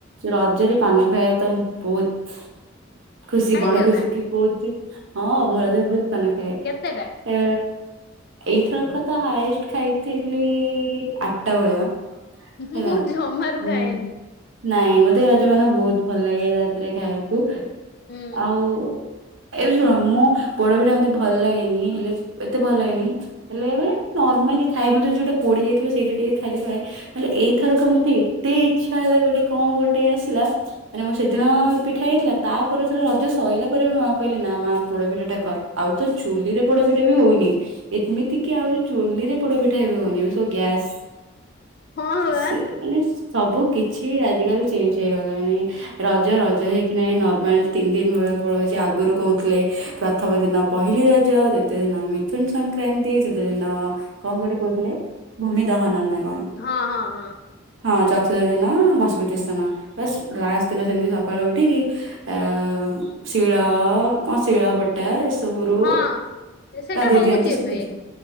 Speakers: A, on the right; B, on the left.
A: ରଜରେ ପାନ ଖାଇବା ତ ବହୁତ ଖୁସ୍ ଖୁସି
B: ଖାଇଛୁ
A: ବଡ ଖୁସି
B: ନା
A: କି କୋଉ ହଁ ମୁଁ ରଜରେ ବହୁତ ପାନ ଖାଏ?
B: କେତେଟା
A: ଏ ଏଇଥରକ ତ ହାଏଷ୍ଟ ଖାଇଥିଲି ଆଠଟା ଭଳିଆ।
B: ମୁଁ
A: ହେଲା
B: ଜମାରୁ
A: ହୁଁ
B: ଖାଏନି।
A: ନାଇଁ ମତେ ସେ ମାନେ ବହୁତ ଭଲ ଲାଗେ ରାତିରେ ଖାଇବାକୁ
B: ହୁଁ
A: ଆଉ। ଏବେ ଶୁଣ ମୁଁ ପୋଡ ପିଠା ମତେ ଭଲ ଲାଗେନି ହେଲେ ଏତେ ଭଲ ଲାଗେନି। ହେଲେ ମାନେ ନର୍ମାଲି ଖାଏ ମତେ ଯୋଉଟା ପୋଡି ଯାଇଥିବ ସେଇଟା ଟିକେ ଖାଇଦେଲେ। ହେଲେ ଏଇଥରକ ମତେ ଏତେ ଇଛା ହେଲା ଗୋଟେ କଣ ଗୋଟେ ଆସିଲା? ମାନେ ମୁଁ ସେଦିନ ପିଠା ହେଇଥିଲା ତାପରେ ସେ ରଜ ସରିଲା ପରେ ବି ମା କହିଲେ ନା ମା ପୋଡ ପିଠା ଟା କର। ଆଉ ତ ଚୁଲିରେ ପୋଡ ପିଠା ବି ହଉନି। ଏମିତି କି ଆହୁରି ଚୁଲିରେ ପୋଡପିଠା ଏବେ ହଉନି ଏବେ ସବୁ ଗ୍ୟାସ।
B: ହଁ ପରା
A: ସେ ମାନେ ସବୁ କିଛି ଆଜିିକାଲି ଚେଞ୍ଜ ହେଇଗଲାଣି ରଜ ରଜ ହେଇ କି ନାହିଁ ନର୍ମାଲ ତିନି ଦିନ ବେଳେ ପଳାଉଛି ଆଗରୁ କହୁଥିଲେ। ପ୍ରଥମ ଦିନ ପହିଲି ରଜ ଦ୍ଵିତୀୟ ଦିନ ମିଥୁନ ସଂକ୍ରାନ୍ତି ତୃତୀୟ ଦିନ କଣ ଗୋଟେ କହୁଥିଲେ ଭୂମି ଦହନ ନା କଣ?
B: ହଁ ହଁ ହଁ।
A: ହଁ ଚତୁର୍ଥ ଦିନ ବସୁମତୀ ସ୍ଥାନ ବାସ ଲାଷ୍ଟ ଦିନ ସେମିତି ସକାଳୁ ଉଠିକି ଆ ଶିଳ କଣ ଶିଳ ବଟା ଏସବୁ ଗୁରୁ
B: ହଁ। ସେଟା
A: ଗାଧେଇ
B: ହଉଛି
A: ଦିଅନ୍ତି ସେତିକି
B: ଏବେ